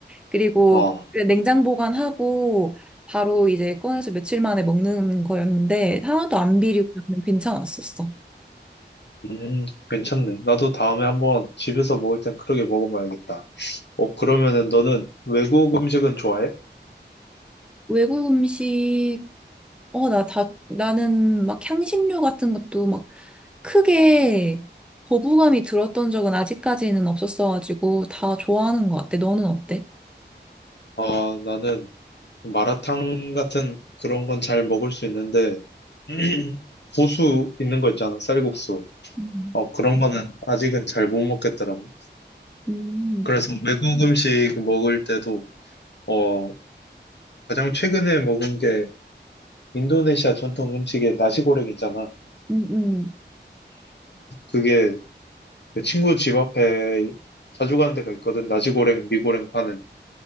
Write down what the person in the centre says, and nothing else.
그리고
그 냉장 보관하고 바로 이제 꺼내서 며칠 만에 먹는 거였는데 하나도 안 비리고 그냥 괜찮았었어.
외국 음식 어, 나 다, 나는 막 향신료 같은 것도 막 크게 거부감이 들었던 적은 아직까지는 없었어가지고 다 좋아하는 것 같아. 너는 어때?
음,
음,
음. 음.